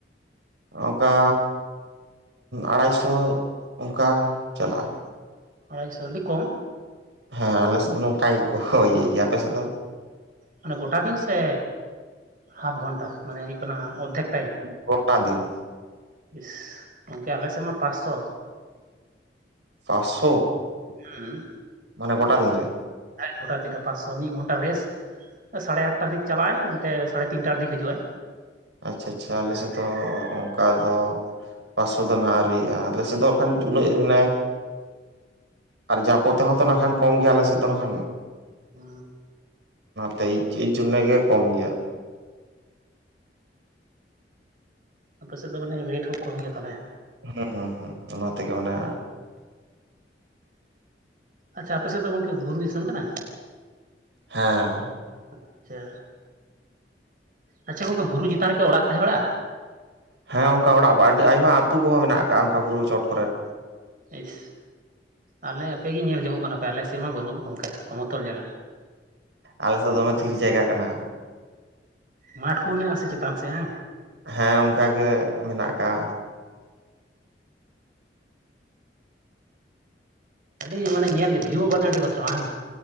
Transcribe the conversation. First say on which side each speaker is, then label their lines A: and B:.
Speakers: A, on the right (about 85°); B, on the right (about 50°).
A: ᱚᱱᱠᱟ ᱟᱲᱟᱭᱥᱚ ᱚᱱᱠᱟ ᱪᱟᱞᱟᱜᱼᱟ
B: ᱟᱲᱟᱭᱥᱚ ᱟᱹᱰᱤ ᱠᱚᱢ
A: ᱦᱮᱸ ᱟᱞᱮᱥᱮᱫ ᱫᱚ ᱱᱚᱝᱠᱟ ᱜᱮᱠᱚ ᱦᱚᱭᱟᱭᱟ ᱜᱮᱭᱟ ᱟᱯᱮ ᱥᱮᱫ ᱫᱚ
B: ᱢᱟᱱᱮ ᱜᱚᱴᱟ ᱫᱤᱱ ᱥᱮ ᱦᱟᱯ ᱜᱷᱚᱱᱴᱟ ᱢᱟᱱᱮ ᱦᱩᱭᱩᱜ ᱠᱟᱱᱟ ᱚᱨᱫᱷᱮᱠ ᱴᱟᱭᱤᱢ
A: ᱜᱚᱴᱟ ᱫᱤᱱ
B: ᱤᱥ ᱜᱚᱢᱠᱮ ᱟᱞᱮ ᱥᱮᱫ ᱢᱟ ᱯᱟᱸᱥᱥᱚ
A: ᱯᱟᱸᱟᱥᱳ
B: ᱦᱮᱸ
A: ᱢᱟᱱᱮ ᱜᱚᱴᱟ ᱫᱤᱱ ᱨᱮ
B: ᱜᱚᱴᱟ ᱫᱤᱱ ᱨᱮ ᱯᱟᱸᱪᱥᱚ ᱢᱤᱫ ᱜᱷᱚᱱᱴᱟ ᱨᱮᱥᱴ ᱥᱟᱲᱮ ᱟᱴᱴᱟ ᱫᱤᱠ ᱪᱟᱞᱟᱜᱼ ᱟᱭ ᱚᱱᱛᱮ ᱥᱟᱲᱮ ᱛᱤᱱᱴᱟ ᱫᱤᱠᱮ ᱦᱤᱡᱩᱜᱼ ᱟᱭ
A: ᱟᱪᱪᱷᱟ ᱟᱪᱪᱷᱟ ᱟᱞᱮ ᱥᱮᱫ ᱫᱚ ᱚᱱᱠᱟ ᱫᱚ ᱯᱟᱥᱥᱳ ᱫᱚ ᱱᱟᱦᱟᱜ ᱟᱹᱨᱩᱭᱼᱟ ᱟᱞᱮ ᱥᱮᱫ ᱫᱚᱠᱷᱟᱱ ᱩᱱᱟᱹᱜ ᱢᱟᱱᱮ ᱟᱨ ᱡᱟ ᱠᱚᱛᱮᱦᱚᱸ ᱛᱚ ᱱᱟᱠᱷᱟᱱ ᱠᱚᱢ ᱜᱮᱭᱟ ᱟᱞᱮ ᱥᱮᱫ ᱫᱚ ᱠᱷᱟᱱ
B: ᱚ
A: <unintelligible> ᱮᱭᱡᱚᱱᱱ ᱜᱮ ᱠᱚᱢ ᱜᱮᱭᱟ
B: ᱩ ᱟᱯᱮ ᱥᱮᱫ ᱫᱚ ᱢᱟᱱᱮ ᱨᱮᱴ ᱦᱚᱸ ᱠᱚᱢ ᱜᱮᱭᱟ ᱛᱟᱦᱟᱞᱮ
A: ᱦᱩᱸ ᱦᱩᱸ ᱦᱩᱸ ᱚᱱᱟ ᱛᱮᱜᱮ ᱢᱟᱱᱮ
B: ᱟᱪᱪᱷᱟ ᱟᱯᱮ ᱥᱮᱫ ᱫᱚ ᱜᱚᱢᱠᱮ ᱵᱩᱨᱩ ᱫᱤᱥᱚᱢ ᱠᱟᱱᱟ
A: ᱦᱮᱸ
B: ᱟᱪᱪᱷᱟ ᱟᱪᱪᱷᱟ ᱜᱚᱝᱠᱮ ᱵᱩᱨᱩ ᱪᱮᱛᱟᱱ ᱨᱮᱜᱮ ᱚᱲᱟᱜ ᱛᱟᱦᱮᱸ ᱵᱟᱲᱟᱜᱼᱟ
A: ᱦᱮᱸ ᱚᱱᱠᱟ ᱚᱲᱟᱜ ᱟᱹᱰᱤ ᱟᱭᱢᱟ ᱟᱹᱛᱩ ᱠᱚᱦᱚᱸ ᱢᱮᱱᱟᱜ ᱟᱠᱟᱫ ᱚᱱᱠᱟ ᱵᱩᱨᱩ ᱪᱚᱴ ᱠᱚᱨᱮᱫ
B: ᱤᱥ ᱟᱞᱮ ᱟᱯᱮᱜ ᱜᱮ ᱧᱮᱞ ᱡᱚᱝᱚᱜ ᱠᱟᱱᱟ ᱯᱮ ᱟᱞᱮᱥᱮᱫ ᱢᱟ ᱵᱟᱹᱱᱩᱜ ᱜᱚᱝᱠᱮ ᱥᱚᱢᱚᱛᱚᱞ ᱡᱟᱭᱜᱟ
A: ᱟᱞᱮ ᱥᱮᱫ ᱫᱚ ᱫᱚᱢᱮ ᱫᱷᱤᱨᱤ ᱡᱟᱭᱜᱟ ᱠᱟᱱᱟ
B: ᱢᱟᱴᱷ ᱠᱚᱦᱚᱸ ᱢᱮᱱᱟᱜ ᱟᱥᱮ ᱪᱮᱛᱟᱱ ᱥᱮᱫ ᱵᱟᱝᱟᱝ
A: ᱦᱮᱸ ᱚᱱᱠᱟᱜᱮ ᱢᱮᱱᱟᱜ ᱠᱟᱜ-ᱟ
B: ᱟᱹᱰᱤ ᱢᱟᱱᱮ ᱧᱮᱞ ᱵᱷᱤᱭᱩ ᱵᱟᱱᱮ ᱟᱹᱰᱤ ᱵᱟᱛᱨᱚ ᱵᱟᱝ